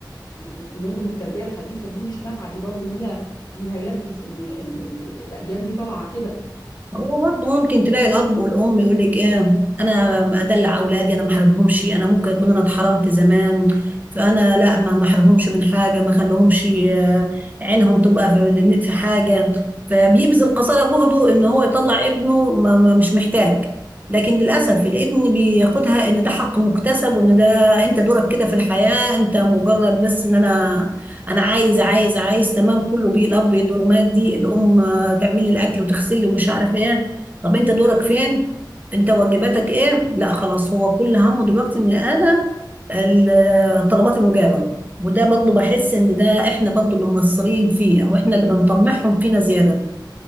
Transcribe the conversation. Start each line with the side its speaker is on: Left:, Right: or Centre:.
Left: فنظم التربية الحديثة دي مش نافعة دي برضو ليها ليها يد في ان إم- ال- ال- الاجيال دي طالعة كده
Right: هو برضه ممكن تلاقي الاب والام يقول لك ايه انا ادلع اولادي انا ما حرمهمش انا ممكن اكون انا اتحرمت زمان فانا لا ما ما احرمهمش من حاجه ما خليهمش آه، عينهم تبقى في في حاجه فبيبذل قصارى جهده ان هو يطلع ابنه ما ما- مش محتاج لكن للاسف الابن بياخدها ان ده حق مكتسب وان ده انت دورك كده في الحياه انت مجرد بس ان انا انا عايز عايز عايز تمام كله بيه الاب يدور مادي الام تعمل لي الاكل وتغسل لي ومش عارف ايه طب انت دورك فين انت واجباتك ايه لا خلاص هو كل همه دلوقتي ان انا ال- طلباتي مجابه وده برضه بحس ان ده احنا برضه اللي مقصرين فيه او احنا اللي بنطمعهم فينا زياده